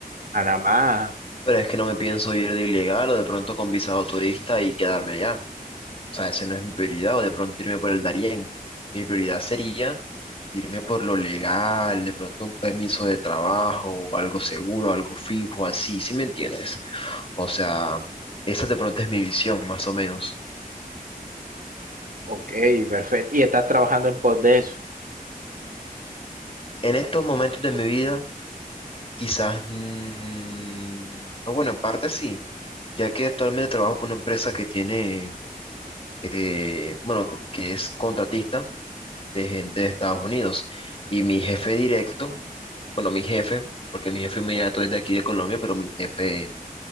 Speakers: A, on the right; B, on the left.
A: Panamá,
B: pero es que no me pienso ir de ilegal o de pronto con visado turista y quedarme allá. O sea, esa no es mi prioridad, o de pronto irme por el Darién. Mi prioridad sería irme por lo legal, de pronto un permiso de trabajo, algo seguro, algo fijo, así, ¿sí me entiendes? O sea, esa de pronto es mi visión, más o menos.
A: ok, perfecto. Y estás trabajando en pos de eso.
B: En estos momentos de mi vida, quizás, mm, no, bueno, en parte sí, ya que actualmente trabajo por una empresa que tiene, eh, bueno, que que es contratista de gente de Estados Unidos. Y mi jefe directo, bueno, mi jefe, porque mi jefe inmediato es de aquí de Colombia, pero mi jefe,